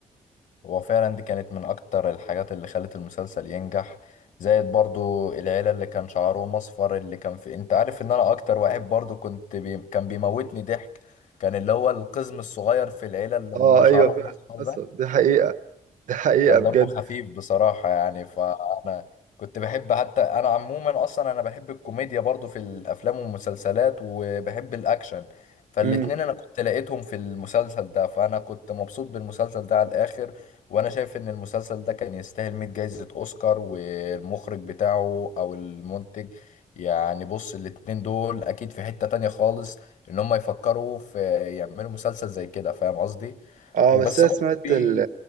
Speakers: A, on the left (about 80°); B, on the right (about 85°).
A: هو فعلا دي كانت من أكتر الحاجات اللي خلت المسلسل ينجح زائد برضو العيلة اللي كان شعرهم أصفر اللي كان في أنت عارف إن أنا أكتر واحد برضو كنت بي... كان بيموتني ضحك كان اللي هو القزم الصغير في العيلة اللي
B: آه
A: ما شعرهم
B: أيوه فعلا
A: أصفر
B: حصل
A: ده
B: دي حقيقة دي حقيقة
A: كان
B: بجد
A: دمه خفيف بصراحة يعني فأنا كنت بحب حتى أنا عموما أصلا أنا بحب الكوميديا برضو في الأفلام والمسلسلات وبحب الأكشن فالاتنين
B: مم.
A: أنا كنت لقيتهم في المسلسل ده فأنا كنت مبسوط بالمسلسل ده على الآخر وأنا شايف إن المسلسل ده كان يستاهل 100 جايزة أوسكار والمخرج بتاعه أو المنتج يعني بص الاتنين دول أكيد في حتة تانية خالص إن هم يفكروا في يعملوا مسلسل زي كده فاهم قصدي؟
B: اه
A: وبس
B: بس انا
A: برضه
B: سمعت
A: في
B: ال...